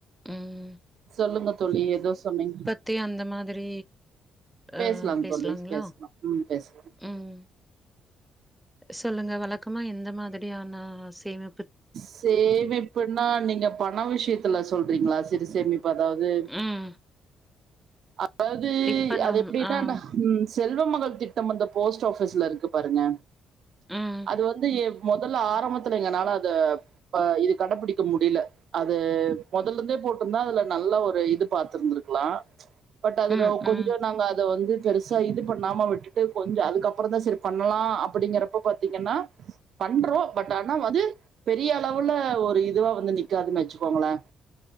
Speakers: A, in the centre; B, on the right.
A: ம்.
B: சொல்லுங்க தோழி எதோ சொன்னீங்க
A: த்தே அந்த மாதிரி
B: பேசலாம்
A: அ பேசலாங்களா?
B: தோழி பேசலாம் ம் பேசலா
A: ம். சொல்லுங்க வழக்கமா எந்த மாதிரியான சேமி
B: சேமிப்புன்னா நீங்க பண விஷயத்துல சொல்றீங்களா சிறு சேமிப்பு அதாவது
A: ம்.
B: அதாவது
A: இப்ப நம்
B: அது எப்டின்னா
A: ஆம்.
B: அந்த ஹ் ம் செல்வ மகள் திட்டம் அந்த போஸ்ட் ஆபீஸ்ல இருக்கு பாருங்க
A: ம்.
B: அது வந்து முதல்ல ஆரம்பத்துல எங்கனால அத இது கடைபிடிக் ட்டு முடியல அது முதலந்தே போட்டிருந்தா அதுல நல்ல ஒரு இது பார்த்திருந்திருக்கலாம் பட் அதுல
A: ம்,
B: கொஞ்சோ
A: ம்,
B: நாங்க அத வந்து பெருசா ச இது பண்ணாம விட்டுட்டு கொஞ்சோ அதுக்கப்ரோ தான் சரி பண்ணலாம் அப்படிங்கறப்ப பாத்தீங்கன்னா பண்றோம் பட் ஆனா வந்து பெரிய அளவுல ஒரு இதுவா வந்து நிக்காது வச்சுக்கோங்களேன்